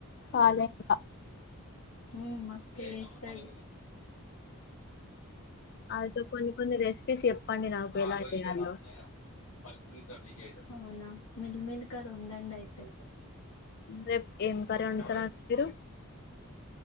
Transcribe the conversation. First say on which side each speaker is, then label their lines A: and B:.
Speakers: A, on the left; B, on the left.
A: కాలే ఇంకా
B: మ్ మస్తు చేస్తాది
A: అయితే కొన్ని కొన్ని రెసిపీస్ చెప్పండి నాకు
B: అ
A: ఎలా చేయాలో
B: ర అన్నయ్య ఫస్ట్ అవునా మిల్ మిల్కర్ ఉంది అండి ఐతే
A: రేపు ఏం కర్రీ వండుతారండి
B: అ
A: మీరు